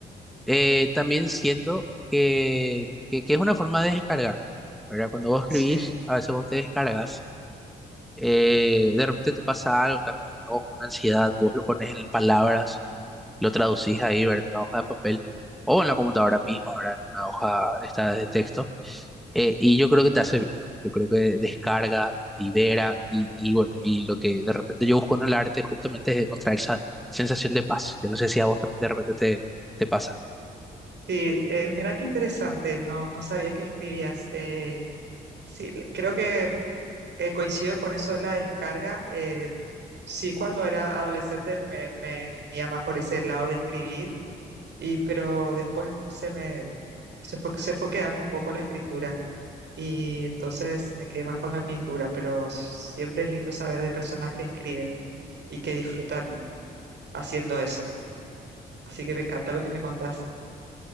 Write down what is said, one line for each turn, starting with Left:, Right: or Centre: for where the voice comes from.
Centre: Eh, también siento que, que, que es una forma de descargar, ¿verdad? Cuando vos escribís,
Right: Sí.
Centre: a veces vos te descargas, eh, de repente te pasa algo, estás con un enojo, una ansiedad, vos lo pones en palabras, lo traducís ahí, ¿verdad? En una hoja de papel o en la computadora misma, ¿verdad? En una hoja esta de texto. eh, y yo creo que te hace bien, yo creo que descarga, libera y, y bueno, y lo que de repente yo busco en el arte justamente es encontrar esa sensación de paz, que no sé si a vos también de repente te, te pasa.
Right: Sí, eh, mira qué interesante. No, no sabía que escribías. Eh, sí, le- creo que eh, coincido con eso de la descarga. Eh, sí, cuando era adolescente me, me venía más por ese lado de escribir. Y, pero después se me se fue, se fue quedando un poco la escritura y entonces me quedé más con la pintura, pero siempre es lindo saber de personas que escriben y que disfrutan haciendo eso. Así que me encanta lo que me contás